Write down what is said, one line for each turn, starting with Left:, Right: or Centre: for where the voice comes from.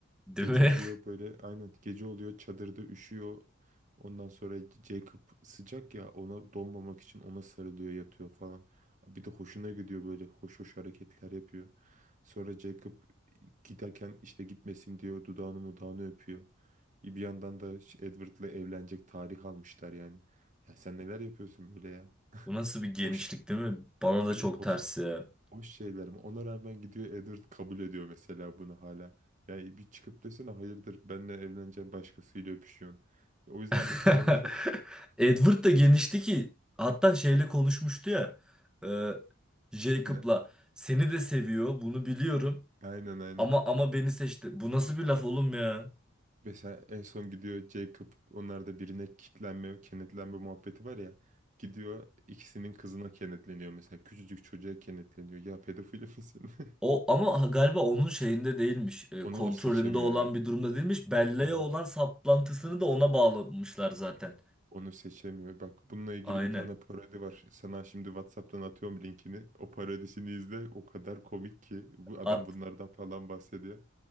Centre: Değil
Right: Gece
Centre: mi?
Right: oluyor böyle aynen gece oluyor çadırda üşüyor. Ondan sonra Jacob sıcak ya ona donmamak için ona sarılıyor yatıyor falan. Bir de hoşuna gidiyor böyle hoş hoş hareketler yapıyor. Sonra Jacob giderken işte gitmesin diyor dudağını mudağını öpüyor. Bir yandan da Edward'la evlenecek tarih almışlar yani. Ya sen neler yapıyorsun böyle ya?
Centre: <laughs> Bu nasıl bir genişlik
Right: Hoş
Centre: değil mi? Bana da
Right: değil
Centre: çok
Right: mi? Hoş
Centre: ters ya.
Right: Boş şeyler mi? Ona rağmen gidiyor Edward kabul ediyor mesela bunu hala. Yani bir çıkıp desene hayırdır benle evleneceğim başkasıyla öpüşüyorsun. O yüzden
Centre: <laughs>
Right: mesela bana çok
Centre: Edward
Right: <laughs>
Centre: da genişti
Right: çok
Centre: ki hatta şeyle konuşmuştu ya. E, Jacob'la
Right: ne?
Centre: seni de seviyor bunu biliyorum
Right: Aynen aynen.
Centre: ama ama beni seçti. Bu nasıl bir laf oğlum ya?
Right: Mesela en son gidiyor Jacob onlarda birine kitlenme, kenetlenme muhabbeti var ya. Gidiyor ikisinin kızına kenetleniyor mesela. Küçücük çocuğa kenetleniyor. Ya pedofil misin? <laughs>
Centre: O ama ha- galiba onun şeyinde değilmiş. e,
Right: Onu
Centre: kontrolünde
Right: o seçemiyor
Centre: olan
Right: evet.
Centre: bir durumda değilmiş. Belleğe
Right: Aha.
Centre: olan saplantısını da ona bağlamışlar zaten.
Right: Onu seçemiyor. Bak bununla ilgili
Centre: Aynen.
Right: bir tane parodi var. Sana şimdi WhatsApp'tan atıyorum linkini. O parodisini izle. O kadar komik ki. Bu adam
Centre: At.
Right: bunlardan falan bahsediyor.